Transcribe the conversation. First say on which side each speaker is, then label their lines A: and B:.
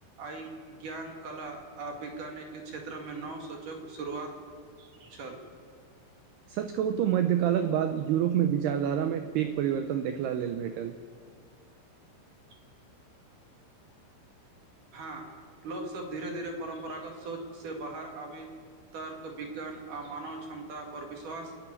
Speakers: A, on the right (about 50°); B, on the right (about 85°).
A: आय ज्ञान कला आ वैज्ञानिक क्षेत्रमे नव सूचोक शुरुआत छल
B: सच कवतहु मध्य्यकालक बाद यूरोपमे विचारधारामे पैघ परिवर्तन देखला लेल भेटल
A: <inaudible> हँ लोकसभब धीरे धीरे परम्परागत सोच से बाहर आभे तर्क विज्ञान आ मानव क्षमता पर विश्वास